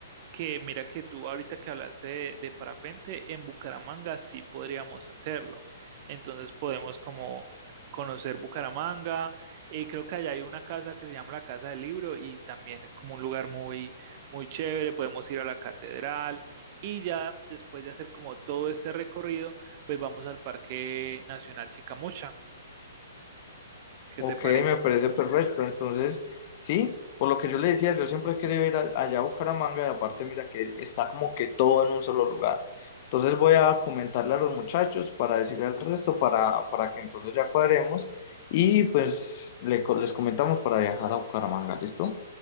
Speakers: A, on the right; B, on the left.
A: que mira que tú ahorita que hablaste de, de parapente, en Bucaramanga sí podríamos hacerlo. Entonces podemos como conocer Bucaramanga. Eh, creo que allá hay una casa que se llama la Casa del Libro y también es como un lugar muy, muy chévere. Podemos ir a la catedral y ya después de hacer como todo este recorrido, pues vamos al Parque Nacional Chicamocha. ¿Qué
B: Ok,
A: te parece?
B: me parece perfecto. Entonces, sí, por lo que yo le decía, yo siempre he querido ir a- allá a Bucaramanga y aparte mira que está como que todo en un solo lugar. Entonces voy a comentarle a los muchachos para decirle al resto para, para que entonces ya cuadremos y pues le co- les comentamos para viajar a Bucaramanga, ¿listo?